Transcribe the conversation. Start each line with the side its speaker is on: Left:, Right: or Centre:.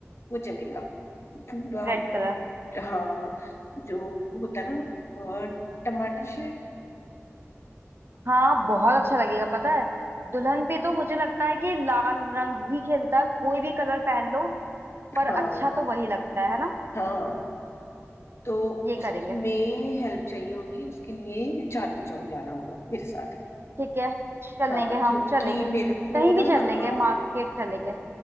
Left: वो चलेगा पूरा
Right: रेड
Left: मतलब
Right: कलर
Left: हाँ जो होता है ना अ, टमाटर शेड
Right: हाँ बहुत अच्छा लगेगा पता है दुल्हन
Left: हम्म
Right: पे तो मुझे लगता है कि लाल रंग ही खेलता है कोई भी कलर पहन लो पर अच्छा
Left: हाँ
Right: तो वही लगता है है ना
Left: हाँ तो
Right: ये
Left: उसमें
Right: करेंगे
Left: हेल्प चाहिए होगी उसके लिए चांदनी चौक जाना होगा मेरे साथ
Right: ठीक है चलेंगे
Left: हाँ क्योंकि
Right: हम चलेंगे
Left: मेरे को
Right: कहीं
Left: ना
Right: भी चलेंगे
Left: अ,
Right: मार्केट चलेंगे